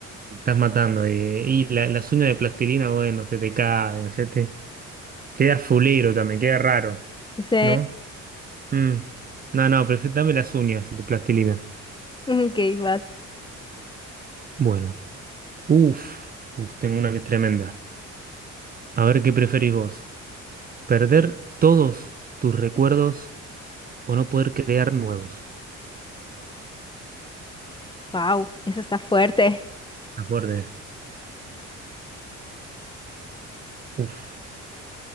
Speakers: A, on the right; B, on the left.
A: me estás matando. eh. Y la- las uñas de plastilina, bueno, se te caen, se te... Queda fulero también, queda raro,
B: Sí,
A: ¿no? Mm. No, no, prefi- dame las uñas de plastilina.
B: ok, vas.
A: Bueno, uff, uf, tengo una que es tremenda. A ver qué preferís vos. ¿Perder todos tus recuerdos o no poder crear nuevos?
B: Wow, eso está fuerte.
A: Qué fuerte. Uf,